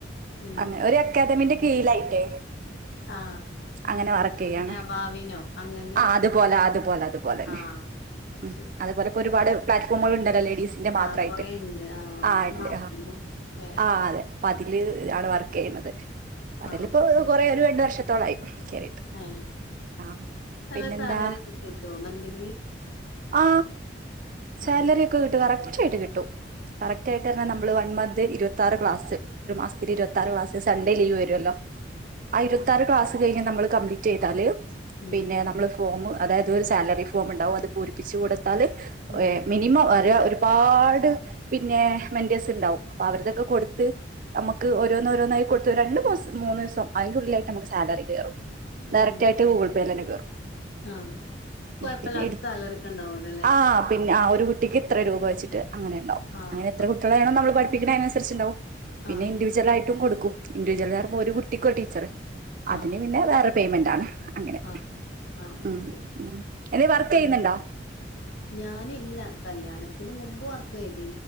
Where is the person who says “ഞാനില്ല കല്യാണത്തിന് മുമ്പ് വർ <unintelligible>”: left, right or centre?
Left